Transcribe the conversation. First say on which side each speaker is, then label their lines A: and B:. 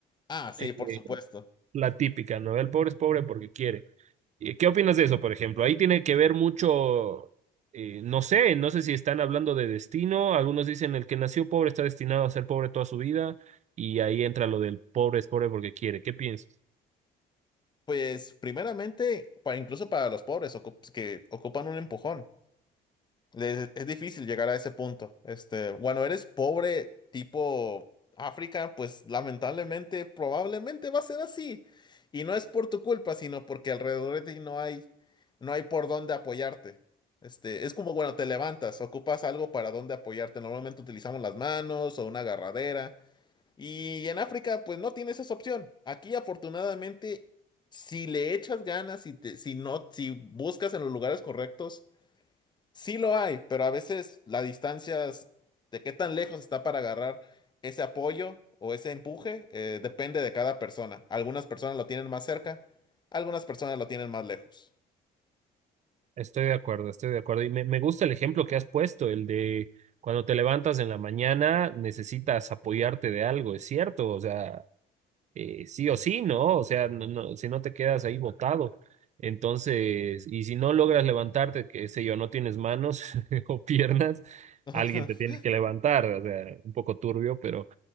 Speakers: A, on the left; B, on the right.
A: Ah, sí,
B: Eh,
A: por supuesto.
B: la típica, ¿no? El pobre es pobre porque quiere. Eh, ¿Qué opinas de eso, por ejemplo? Ahí tiene que ver mucho, eh, no sé, no sé si están hablando de destino, algunos dicen el que nació pobre está destinado a ser pobre toda su vida, y ahí entra lo del pobre es pobre porque quiere. ¿Qué piensas?
A: Pues primeramente, para, incluso para los pobres ocup- que ocupan un empujón, les- es difícil llegar a ese punto. Este, bueno, eres pobre tipo África, pues lamentablemente probablemente va a ser así. Y no es por tu culpa, sino porque alrededor de ti no hay, no hay por dónde apoyarte. Este, es como, bueno, te levantas, ocupas algo para dónde apoyarte. Normalmente utilizamos las manos o una agarradera. Y en África, pues no tienes esa opción. Aquí, afortunadamente, si le echas ganas, si te- si no, si buscas en los lugares correctos, sí lo hay, pero a veces la distancia es- de qué tan lejos está para agarrar ese apoyo o ese empuje, eh, depende de cada persona. Algunas personas lo tienen más cerca, algunas personas lo tienen más lejos.
B: Estoy de acuerdo, estoy de acuerdo. Y me, me gusta el ejemplo que has puesto, el de cuando te levantas en la mañana necesitas apoyarte de algo, es cierto, o sea, eh, sí o sí, ¿no? O sea, no, no, si no te quedas ahí botado. Entonces, y si no logras levantarte, que sé yo, no tienes manos <laughs> o piernas,
A: <laughs>
B: alguien te tiene que levantar, o sea, un poco turbio, pero